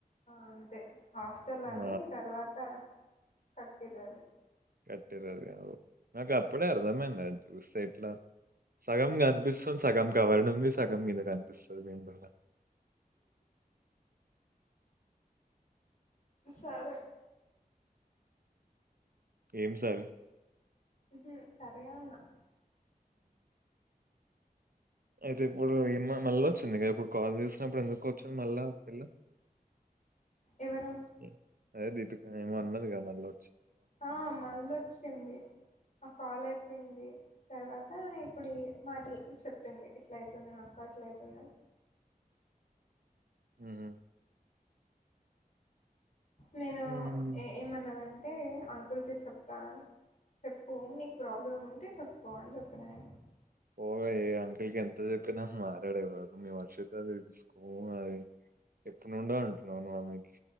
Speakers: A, on the left; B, on the right.
A: అంతే హాస్టల్
B: ఆ,
A: అని తర్వాత కట్దుదేరా
B: కట్టే రజుగా ఓ నాకు అప్పుడే అర్థమైంది అది చూస్తే ఇట్లా సగం కనిపిస్తుంది సగం కవర్డ్ ఉంది సగం మీద కనిపిస్తుంది మేముల్ల
A: సరే
B: ఏం సార్
A: మ్మ్ హు సరే ఉన్న
B: అయితే ఇప్పుడు ఏ మళ్ళా వచ్చింది ఇ ఇప్పుడు కాల్ తీసినప్పుడు ఎందుకు వచ్చింది మళ్ళా పిల్ల
A: ఎవరు
B: ఏ- అదే దీపిక ఏమో అన్మది కా మనలో
A: ఆ మళ్ళీ వచ్చింది ఆ కాల్ అయిపోయింది తర్వాత ఇప్పుడు ఈ మాటలు చెప్పింది ఇట్ల అయితుంది మాకు అట్ల అవుతుందని
B: మ్మ్ హు
A: నేను
B: ఉమ్.
A: ఏ ఏమన్నదండి అంటే అంకుల్ క చెప్తాను చెప్పు నీకు ప్రాబ్లమ్ ఉంటే చెప్పుకోవ అని చెప్ క్లారి
B: పోహ చెయ్యి అంటే ఇగ ఎంత చెప్పినా మారడే వాడు మీ వర్ష తల్లి చూడు స్కూ అది నుండ అంటున్నావ నువ్ ఆమేకీ